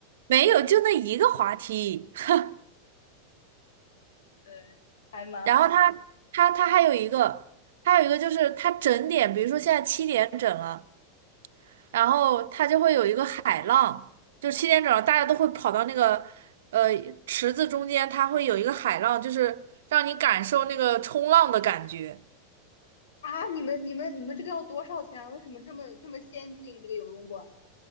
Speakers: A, on the right; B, on the left.
A: 没有，就那一个滑梯。<laughs>
B: 对，还蛮好的
A: 然后它它它还有一个，还有一个就是它整点，比如说现在七点整了。然后它就会有一个海浪，就七点整大家都会跑到那个呃池子中间，它会有一个海浪，就是让你感受那个冲浪的感觉，
B: 啊。你们你们你们这个要多少钱啊？为什么这么这么先进？这个游泳馆？